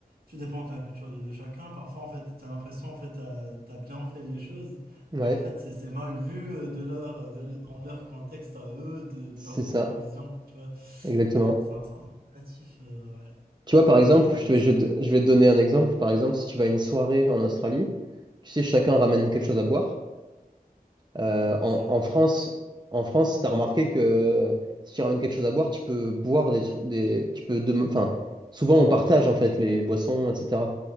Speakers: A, on the right; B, on the right.
A: tu dépends de la culture de, de chacun. Parfois, en fait, tu as l'impression, en fait, tu as, bien fait les choses,
B: Ouais.
A: mais en fait, c'est c'est mal vu euh, de leur, euh, de dans leur contexte à eux, de, de
B: C'est
A: leur propre
B: ça,
A: vision. Tu vois,
B: exactement.
A: c'est un, c'est un peu relatif. euh, ouais,
B: Tu vois, par exemple,
A: Ouais,
B: je
A: mais
B: te vais,
A: ça,
B: je, te- je vais te donner un exemple. Par exemple, si tu vas à une soirée en Australie, tu sais, chacun ramène quelque chose à boire. Euh,
A: oui,
B: en,
A: c'est euh,
B: en France, en France, t'as remarqué que si tu ramènes quelque chose à boire, tu peux boire des trucs, des, tu peux, dem- enfin, souvent on partage en fait les boissons, etc.